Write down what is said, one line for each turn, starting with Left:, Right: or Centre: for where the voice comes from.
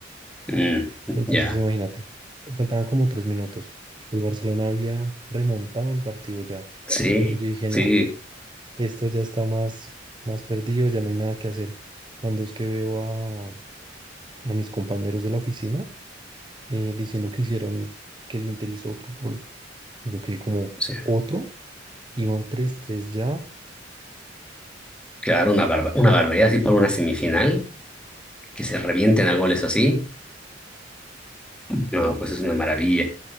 Centre: Mm,
Right: Entonces,
Centre: ya,
Right: imagínate, faltaban como tres minutos. El Barcelona había remontado el partido ya.
Centre: sí,
Right: Y yo dije,
Centre: sí,
Right: no, esto ya está más, más perdido, ya no hay nada que hacer. Cuando es que veo a, a mis compañeros de la oficina eh, diciendo que hicieron, que el Inter hizo otro gol. Yo quedé como
Centre: sí.
Right: otro, iban tres tres ya,
Centre: Claro, una barba, una barbaridad así por una semifinal, que se revienten a goles así, no, pues es una maravilla.